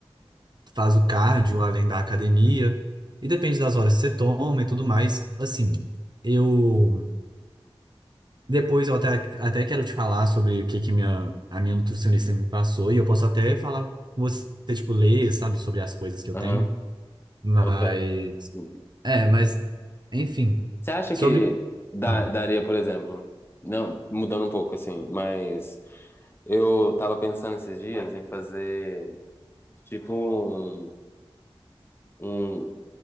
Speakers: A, on the right; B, on the left.
A: faz o cardio além da academia, e depende das horas que você toma e tudo mais. Assim, eu. Depois eu até, até quero te falar sobre o que, que minha, a minha nutricionista me passou, e eu posso até falar com você, tipo, ler, sabe, sobre as coisas que eu tenho.
B: aham,
A: Mas.
B: boto fé. Hum.
A: É, mas. Enfim.
B: Você acha
A: Sobre.
B: que dá-
A: Ah,
B: daria, por exemplo, não, mudando um pouco assim, mas eu tava pensando esses dias em fazer tipo um, um,